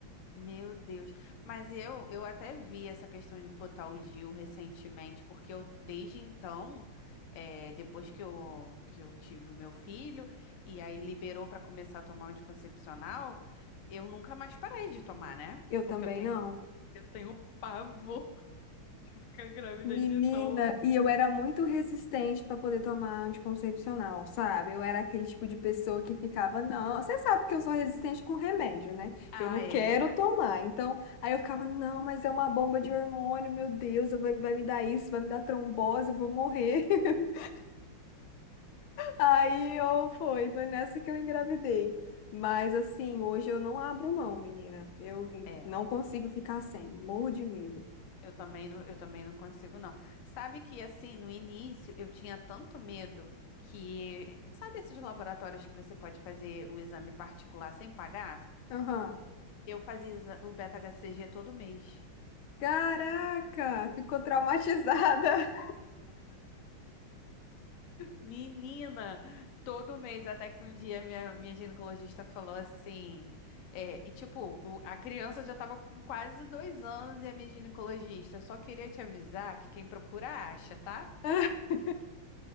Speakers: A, on the left (about 65°); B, on the left (about 80°).
A: Meu Deus. Mas eu, eu até vi essa questão de botar o Dil recentemente, porque eu, desde então, é, depois que eu, que eu tive o meu filho, e aí liberou para começar a tomar o anticoncepcional, eu nunca mais parei de tomar, né?
B: Eu também
A: Porque eu tenho,
B: não.
A: eu tenho pavor <laughs> de ficar grávida
B: Menina,
A: de novo.
B: e eu era muito resistente para poder tomar anticoncepcional, sabe? Eu era aquele tipo de pessoa que ficava, não, você sabe que eu sou resistente com remédio, né?
A: Ah,
B: Eu não quero
A: é verdade.
B: tomar. Então, aí eu ficava, não, mas é uma bomba de hormônio, meu Deus, eu vou- vai me dar isso, vai me dar trombose, eu vou morrer. <laughs> Aí eu foi, foi nessa que eu engravidei. Mas assim, hoje eu não abro mão, menina. Eu
A: É.
B: não consigo ficar sem, morro de medo.
A: Eu também não, eu também não consigo, não. Sabe que, assim, no início eu tinha tanto medo que. Sabe esses laboratórios que você pode fazer o exame particular sem pagar?
B: Aham.
A: Eu fazia exa- o beta-HCG todo mês.
B: Caraca, ficou traumatizada.
A: Menina, todo mês, até que um dia minha, minha ginecologista falou assim. é, e tipo, o- a criança já tava com quase dois anos e a minha ginecologista só queria te avisar que quem procura acha, tá?
B: <laughs>